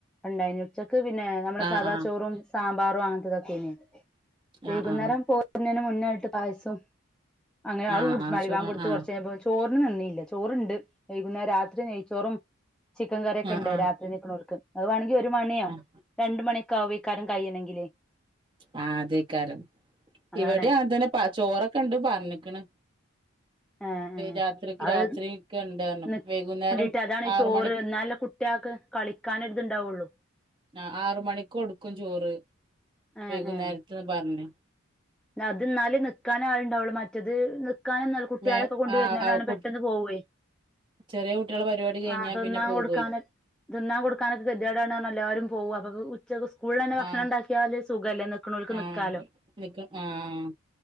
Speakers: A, in the centre; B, on the right.
A: ഇണ്ടായി ഉച്ച <unintelligible> പിന്നെ നമ്മളെ
B: ആഹ്
A: സാദാ
B: ആഹ് ആഹ്
A: ചോറും സാമ്പാറു അങ്ങനെത്തെ തക്കൊയിന് വൈകുന്നേരം
B: ആഹ് ആഹ്
A: പോരുന്നേനും മുന്നായിട്ട് പായസം അങ്ങനെ അത്
B: ആഹ്
A: കുടിച്ചു,
B: ആഹ്
A: <unintelligible>
B: ശോ ആഹ്
A: കൊടുത്തു
B: ആഹ്
A: കുറച്ച് കഴിഞ്ഞപ്പോ ചോറ് ഒന്നും നന്ദിയില്ല ചോറുണ്ട് <unintelligible> ന്ന രാത്രി നെയ്ച്ചോറും ചിക്കൻ കറിയൊക്കെ
B: ആഹ്
A: ഉണ്ട്,
B: ആഹ്
A: രാത്രി നിൽക്കുന്നവർക്ക്. അത് വേണെങ്കി മണിയോ
B: ആഹ്
A: രണ്ട് മണി കവിക്കാരും കഴിയ്യണെങ്കിലേ
B: ആ അതെ <unintelligible>
A: അതാണ്
B: ഇവിടെയത് തന്നെ പ ചോറൊക്കെ ഉണ്ട് പറഞ്ഞിക്കണ്
A: ഏഹ് ഏഹ്
B: രാത്രിക്ക്,
A: അത്
B: രാത്രിക്കെ ഇണ്ട്റഞ്ഞു
A: <unintelligible> വേണ്ടിട്ട്
B: വൈകുന്നേരം
A: അതാണ് ഈ
B: ആറ്
A: ചോറ്
B: മണി
A: എന്നാല് കുട്ടികൾക്ക് കളിക്കാനൊരിത്ണ്ടാവുള്ളു.
B: ആ ആറ് മണിക്ക് കൊടുക്കും ചോറ്
A: ഏഹ്
B: വൈകുന്നേരത്ത്ന്ന്
A: ഏഹ്
B: പറഞ്ഞ്
A: അത് എന്നാലെ നിക്കാൻ ആളുണ്ടാവുള്ളൂ, മറ്റത് <unintelligible> കുട്ടികളെൊക്കെ
B: വേ
A: കൊണ്ടുവരുന്നാലാണ്
B: ആ ആ കു
A: പെട്ടെന്ന് പോവേ,
B: ചെറിയ കുട്ടികളെ പരിപാടി കഴിഞ്ഞാ
A: ആ തിന്നാൻ
B: പിന്നെ പോകുവേ
A: കൊടുക്കാന്, തിന്നാൻ കൊടുക്കാനൊക്കെ ഗതികേട് കാരണം എല്ലാവാരും പോവാ <unintelligible> <unintelligible> സ്കൂളിൽ തന്നെ ഭക്ഷണം
B: ആഹ്
A: ഉണ്ടാക്കിയാല് സുഖല്ലേ, നിൽക്കണവർക്ക്
B: ആഹ്
A: നിൽക്കാലോ
B: നിക്ക ആഹ്